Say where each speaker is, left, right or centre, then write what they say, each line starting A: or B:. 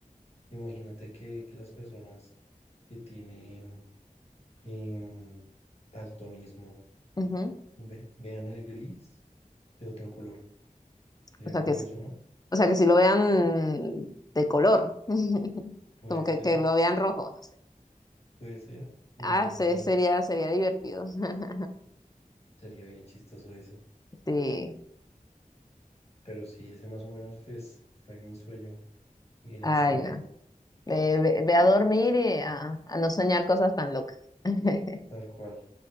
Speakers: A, on the left; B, on the left.
A: imagínate que, que las personas que tienen em, daltonismo
B: Ujú.
A: ve- vean el gris de otro color. Sería
B: O sea
A: curioso,
B: que, s-
A: ¿no?
B: o sea que si lo vean de color, <laughs>
A: Puede
B: como que,
A: ser,
B: que lo vean rojo, no sé.
A: puede ser, uno
B: Ah,
A: nunca
B: se-
A: sabe.
B: sería, sería divertido. <laughs>
A: Sería bien chistoso eso.
B: Sí,
A: Pero sí, ese más o menos pues, fue mi sueño bien extraño,
B: ay, no. Ve, ve- ve a dormir y a, a no soñar cosas tan locas. <laughs>
A: tal cual.